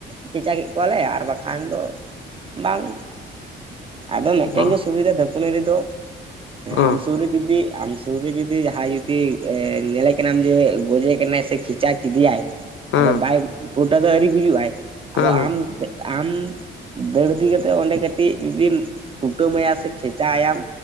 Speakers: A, on the right; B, on the left.
A: ᱠᱷᱮᱪᱟ ᱠᱮᱫ ᱠᱚᱣᱟᱞᱮ ᱟᱨ ᱵᱟᱠᱷᱟᱱ ᱫᱚ ᱵᱟᱝ᱾ ᱟᱫᱚ ᱢᱤᱫᱴᱮᱱ
B: ᱦᱮᱸ
A: ᱜᱮ ᱥᱩᱵᱤᱫᱷᱟ ᱫᱷᱟᱹᱯᱟᱹᱲᱤ ᱨᱮᱫᱚ
B: ᱦᱮᱸ
A: ᱟᱢ ᱥᱩᱨ ᱨᱮ ᱡᱩᱫᱤ ᱟᱢ ᱥᱩᱠᱚᱨᱤ ᱡᱩᱫᱤ ᱡᱟᱦᱟᱸᱭ ᱡᱩᱫᱤ ᱧᱮᱞᱮ ᱠᱟᱱᱟᱢ ᱡᱮ ᱜᱚᱡᱮ ᱠᱟᱱᱟᱭ ᱥᱮ ᱠᱷᱮᱪᱟ ᱠᱮᱫᱮ ᱭᱟᱭ᱾
B: ᱦᱮᱸ
A: ᱟᱫᱚ ᱵᱟᱭ ᱯᱩᱨᱳᱴᱟ ᱫᱚ ᱟᱹᱣᱨᱤ ᱜᱩᱡᱩᱜ-ᱟᱭ ᱟᱫᱚ
B: ᱦᱮᱸ
A: ᱟᱢ᱾ ᱟᱢ ᱫᱟᱹᱲ ᱤᱫᱤ ᱠᱟᱛᱮ ᱚᱸᱰᱮ ᱠᱟᱹ ᱠᱟᱹᱴᱤᱡ ᱡᱩᱫᱤᱢ ᱠᱩᱴᱟᱹᱢ ᱟᱭᱟ ᱥᱮ ᱠᱷᱮᱪᱟ ᱟᱭᱟᱢ